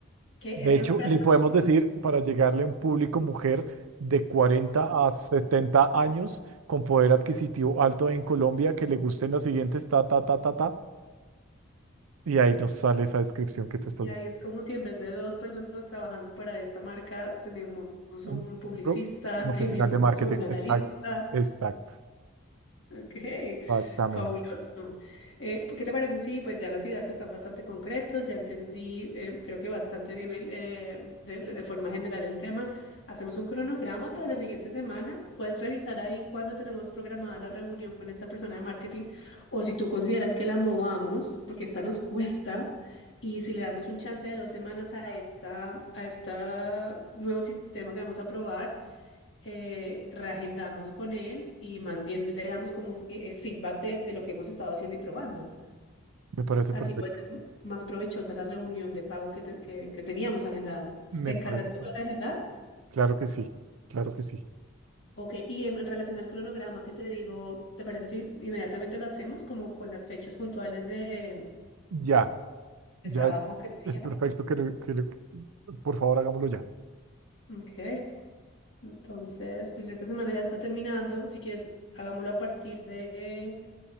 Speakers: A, on the left; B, on the right.
A: que
B: De
A: eso
B: hecho,
A: bra-
B: le
A: básicamente,
B: podemos decir para llegarle a un público mujer de 40 a 70 años con poder adquisitivo alto en Colombia que le gusten las siguientes ta, ta, ta, ta, ta. Y ahí nos sale esa descripción que tú estás.
A: y ahí es como si en vez de dos personas trabajando para esta marca, tenemos
B: Un
A: un publicista,
B: pro- profesional
A: <laughs> tenemos
B: de marketing.
A: un analista,
B: Exacto. Exacto.
A: Ok,
B: Exactamente.
A: fabuloso. Eh, ¿qué te parece? Sí, pues ya las ideas están bastante concretas, ya entendí, eh, creo que bastante bien el, eh, de, de forma general el tema. Hacemos un cronograma para la siguiente semana. Puedes revisar ahí cuándo tenemos programada la reunión con esta persona de marketing o si tú consideras que la movamos, porque esta nos cuesta, y si le damos un chance de dos semanas a esta, a esta nuevo sistema que vamos a probar eh, reagendamos con él y más bien le damos como eh, feedback de, de lo que hemos estado haciendo y probando.
B: Me parece
A: Así
B: perfecto.
A: puede ser más provechosa la reunión de pago que, te- que, que teníamos agendada.
B: Me
A: ¿Te encargas
B: parece
A: tú
B: per-
A: de reagendar?
B: Claro que sí. Claro que sí.
A: Ok, y en, en relación al cronograma que te digo, ¿te parece si inmediatamente lo hacemos como con las fechas puntuales de,
B: Ya.
A: del
B: Ya
A: trabajo
B: es,
A: que sería?
B: es perfecto que, lo- que lo- por favor hagámoslo ya.
A: Ok, entonces, pues esta semana ya está terminando. Si quieres, hagámoslo a partir de